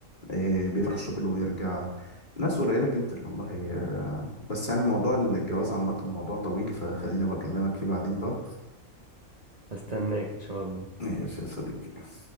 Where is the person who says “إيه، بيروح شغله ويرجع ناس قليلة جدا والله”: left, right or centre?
Left